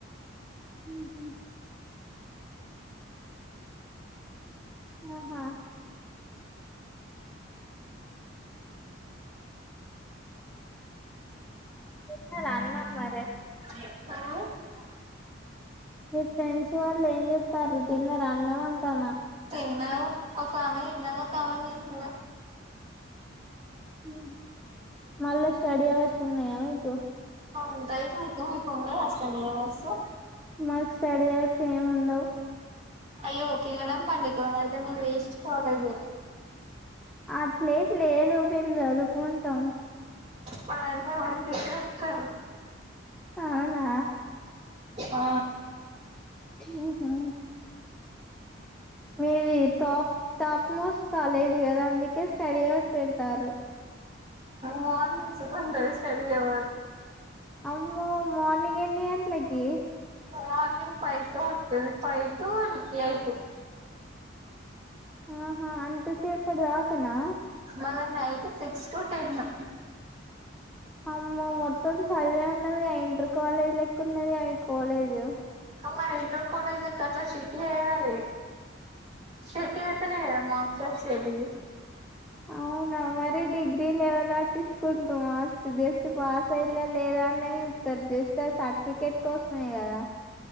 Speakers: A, in the centre; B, on the right (about 30°).
A: ఉహు ఆహా తిన్నర అన్నం మరె
B: ఆ
A: మీ ఫ్రెండ్స్ వాళ్ళు ఏం చెత్తారు. తిన్నరా అన్నము అంటానా
B: తిన్న ఒకామె ఇందాక కామెంట్ చేసింది
A: ఉ మళ్ళ స్టడీ అవర్స్ ఉన్నాయా మీకు
B: ఉంటయి మాకు మీకున్నా అసలు ఏం వస్తవ్
A: మాకు స్టడీయవర్స్ ఏం ఉండవు
B: అయ్యో తినడం పండుకోవడం అయితే మీది వేస్టు కాలేజీ
A: అట్లే ఏం లేదు మేము చదువుకుంటాం
B: మా దాంట్ల మంచిగ చెప్తరు
A: అవునా
B: ఆ
A: ఊహు మీది the top top most college కద అందుకే స్టడియావర్స్ పెడుతారు
B: మార్నింగ్స్ సుత ఉంటది స్టడియవర్
A: అయ్యో మార్నింగ్ ఏన్ని గంటలకి
B: మార్నింగ్ ఫైవ్ టు ఉంటది ఫైవ్ టు ఎయిటు
A: ఆహా అంత సేపటి దాకనా
B: మల్ల నైట్ సిక్స్ టు టెను
A: అమ్మో మొత్తం చదివే ఉన్నదిగ ఇంటర్ కాలేజ్ లెక్క ఉన్నదిగా మీ కాలేజ్
B: మల్ల ఇంటర్ కలేజ్ లెక్క అట్ల స్ట్రీటు చేయాలి స్టిక్ట్ చేత్తే నే కదా మాక్స్ వచ్చేది
A: అవు అవునా మరీ డిగ్రీ లెవల్ పట్టించుకుంట్రా మార్క్స్ జస్ట్ పాస్ అయిలా లేదా అనే యూ తరు జేస్ట్ అ సర్టిఫికెట్ కోసమే కద